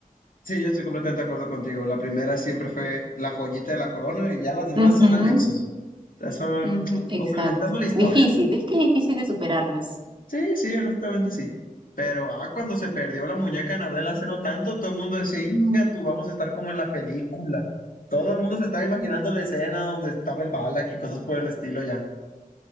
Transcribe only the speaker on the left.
sí, yo estoy completamente de acuerdo contigo. La primera siempre fue la joyita de la corona y ya las demás
son anexos. sea, son
complementando la historia.
Sí, sí, honestamente sí. Pero ah, cuando se perdió la muñeca Anabel hace no tanto, todo el mundo decía, Inga, tú vamos a estar como en la película. Todo el mundo se estaba imaginando la escena donde estaba el Balak y cosas por el estilo ya.